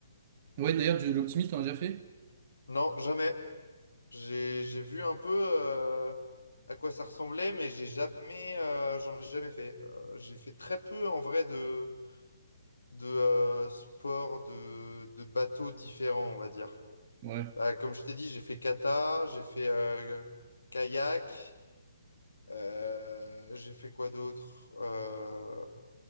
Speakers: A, on the right; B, on the left.
A: ouais, d'ailleurs, de l'Optimist, t'en as déjà fait?
B: non, jamais. J'ai, j'ai vu un peu euh, à quoi ça ressemblait, mais j'ai jamais, euh, j'en ai jamais fait. Euh, j'ai fait très peu en vrai de, de euh, sports de, de bateaux différents, on va dire.
A: Ouais.
B: Bah, comme je t'ai dit, j'ai fait kata, j'ai fait euh, kayak, euh, j'ai fait quoi d'autre? Euh,